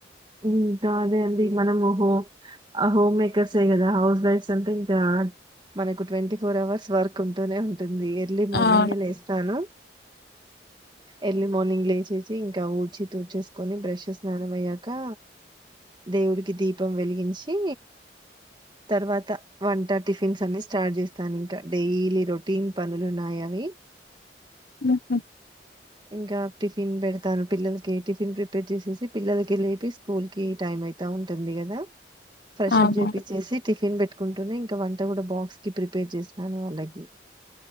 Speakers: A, on the right; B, on the left.
A: ఉమ్ ఇంకా అదే అండి మనము హో హోమ్ మేకర్సే గదా హౌస్ వైఫ్స్ అంటే ఇంకా మనకు ట్వంటీ ఫోర్ అవర్స్ వర్క్ ఉంటూనే ఉంటుంది ఎర్లీ మార్నింగే
B: అవును
A: లేస్తాను ఎర్లీ మార్నింగ్ లేచేసి ఇంకా ఊడ్చి తూడ్చేసుకొని బ్రేష్ స్నానం అయ్యా కా దేవుడికి దీపం వెలిగించి తర్వాత వంట టిఫిన్స్ అన్ని స్టార్ట్ జేస్తాను ఇంకా డైలీ రొటీన్ పనులు న్నాయ్ అవి
B: హుహూ
A: ఇంకా టిఫిన్ బెడతాను పిల్లలకి టిఫిన్ ప్రిపేర్ జేసేసి పిల్లలకి లే స్కూల్ కి టైం అయితా ఉంటుంది గదా ఫ్రెష్
B: అవునా
A: అప్ చేపిచ్చేసి టిఫిన్ పెట్ కుంటూనే ఇంకా వంట గూడా బాక్స్ కి ప్రిపేర్ జేసినాను వాళ్ళకి